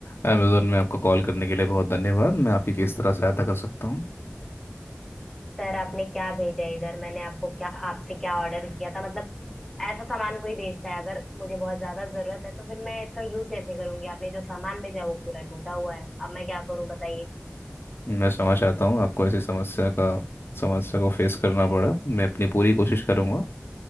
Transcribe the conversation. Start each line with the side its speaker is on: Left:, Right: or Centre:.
Left: Amazon में आपको call करने के लिए बहुत धन्यवाद मैं आपकी किस तरह सहायता कर सकता हूँ
Centre: Sir आपने क्या भेजा है इधर मैंने आपको क्या आपसे क्या ऑर्डर किया था मतलब ऐसा सामान कोई भेजता है अगर मुझे बहुत ज्यादा जरूरत है तो फिर मैं इसका यूज कैसे करूंगी आपने जो सामान भेजा वो पूरा टूटा हुआ है अब मैं क्या करूं बताइए
Left: मैं क्षमा चाहता हूँ आपको ऐसी समस्या का समस्या को फेस करना पड़ा मैं अपनी पूरी कोशिश करूँगा